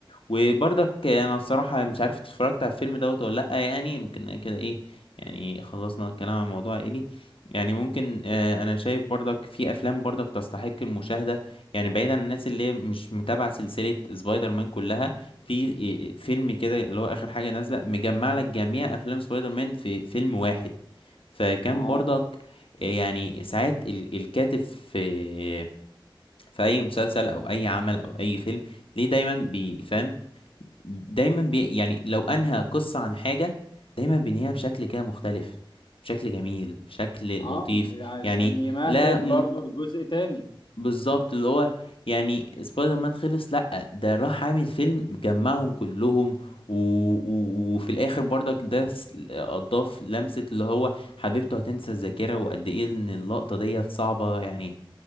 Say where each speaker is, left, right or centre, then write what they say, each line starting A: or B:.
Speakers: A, on the left; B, on the left.
A: وبرضك انا الصراحة مش عارف اتفرجت على الفيلم دوت ولا لأ يعني يمكن كده ايه يعني خلصنا الكلام عن موضوع عائلي يعني ممكن آه، انا شايف برضك في افلام برضك تستحق المشاهدة يعني بعيدا عن الناس اللي هي مش متابعة سلسلة سبايدر مان كلها في إيه، فيلم كده اللي هو اخر حاجة نازلة مجمع لك جميع افلام سبايدر مان في فيلم واحد فكان
B: اه
A: برضك آه، يعني ساعات ال- الكاتب في آه، في اي مسلسل او اي عمل او اي فيلم ليه دايما بيفهم دايما بي يعني لو انهى قصة عن حاجة دايما بينهيها بشكل كده مختلف بشكل جميل بشكل
B: اه
A: لطيف
B: عشان
A: يعني
B: يمهد
A: لا م...
B: برضو لجزء تاني
A: بالظبط اللي هو يعني سبايدر مان خلص لا ده راح عامل فيلم جمعهم كلهم و... و... وفي الاخر برضك ده س- اضاف لمسة اللي هو حبيبته هتنسى الذاكرة وقد ايه ان اللقطة ديت صعبة يعني